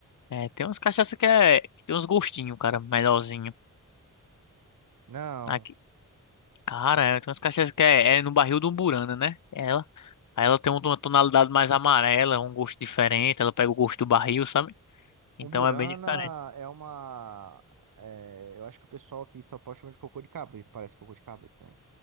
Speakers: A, on the left; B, on the right.
A: É, tem umas cachaças que é. Que tem uns gostinhos, cara, melhorzinho.
B: Não.
A: Aqui. Cara, é, tem umas cachaças que é, é no barril do umburana, né? Ela. Aí ela tem uma tonalidade mais amarela, um gosto diferente. Ela pega o gosto do barril, sabe? Então
B: Umburana
A: é bem diferente.
B: é uma. é, eu acho que o pessoal aqui em São Paulo chama de cocô de cabrito. Parece cocô de cabrito, né?